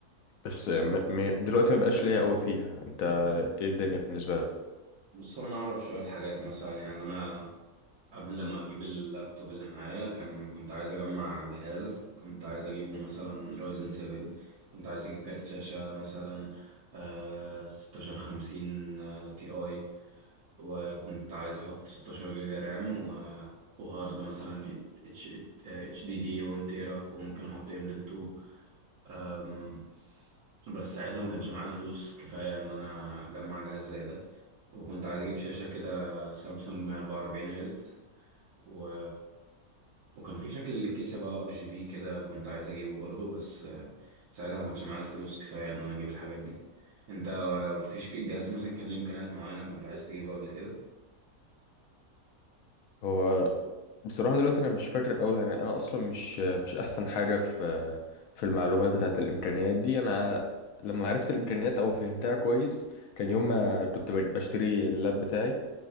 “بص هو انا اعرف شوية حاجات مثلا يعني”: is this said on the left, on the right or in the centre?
Right